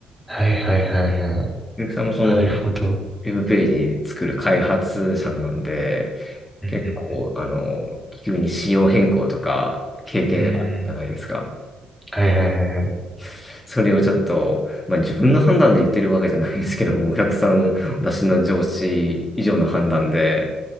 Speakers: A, in the centre; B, on the left.
A: はいはいはいはい。
B: ゆきさんもそのウ
A: なるほど。
B: ェブページ作る開発者なんで、
A: うん
B: 結構あの、急に仕様変更とか経験あるじゃないですか。
A: うん。うーん。はいはいはいはい。
B: <laughs> それをちょっと、まあ、自分の判断で言ってるわけじゃないんですけども、お客さん、私の上司以上の判断で、